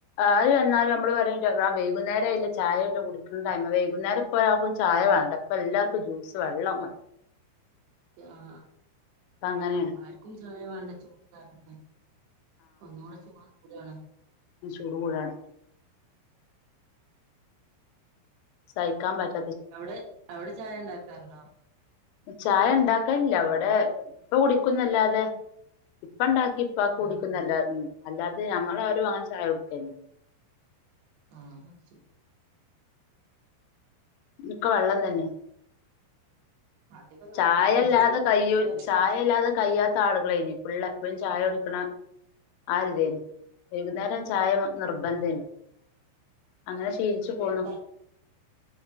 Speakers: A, on the left; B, on the right.
A: ആര് വന്നാലും അമ്മള് പറയും വൈ വൈകുന്നേരം ആയില്ലേ ചായല്ലേ കുടിക്കണ ടൈമ് വൈകുന്നേരം പോ ആർക്കും ചായ വേണ്ട ഇപ്പൊ എല്ലാർക്കും ജ്യൂസ് വെള്ളം മതി
B: ആ
A: ഇപ്പ അങ്ങനെയാണ്
B: ആ ആർക്കും ചായ വാണ്ട ചൂട് <unintelligible> ഒന്നൂടെ ചുടാ കൂതയാണ്
A: ചൂടു കൂടാണ് സഹിക്കാൻ പ
B: അവള് അവിടെ ചായ ഇണ്ടാക്കാറ്ണ്ടോ
A: ചായ ഇണ്ടാക്കൽല്ല ഇവടെ ഇപ്പ കുടിക്കുന്നല്ലാതെ ഇപ്പ ഇണ്ടാക ഇപ്പാക്ക് കുടിക്കുന്നല്ലാത്
B: ആഹ് ആഹ്
A: ഉം അല്ലാതെ ഞങ്ങളാരും അങ്ങനെ ചായ കുട്ക്കൽ
B: ആഹ് ശരി
A: ഇനിക്ക് വെള്ളം തന്നെ
B: അധികം നടക്കുള്ളൂ
A: ചായല്ലാതെ
B: അത് ചെറിയ
A: കയ്യൂൽ
B: തണുപ്പിലായാലും
A: ചായല്ലാതെ കയ്യാ ച്ചാളുകളായിനി ഫുള്ള് എപ്പഴും ചായ കുടിക്ക്ണ ആഹ് ഒര് തേനി വൈകുന്നേരം ചായ നിർബന്ധേനി. അങ്ങനെ ശീലിച്ചു
B: ചെറിയ
A: പോന്നു.
B: ത